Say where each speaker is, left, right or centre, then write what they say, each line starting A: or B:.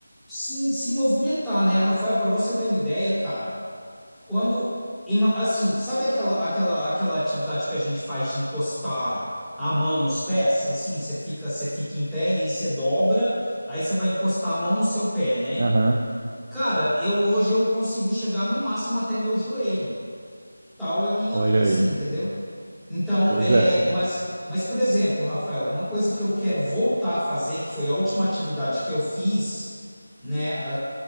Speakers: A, in the centre; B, on the right.
A: sim, se movimentar, né, Rafael? Para você ter uma ideia, cara, quando. ima- Assim, sabe aquela, aquela, aquela atividade que a gente faz de encostar a mão nos pés? Assim, você fica, você fica em pé e aí você dobra, aí você vai encostar a mão no seu pé, né?
B: Aham,
A: Cara, eu hoje eu consigo chegar no máximo até meu joelho. Tal é minha,
B: Olha
A: assim,
B: aí.
A: entendeu? Então,
B: Pois
A: é,
B: é,
A: mas, mas por exemplo, Rafael, uma coisa que eu quero voltar a fazer, que foi a última atividade que eu fiz, né, a-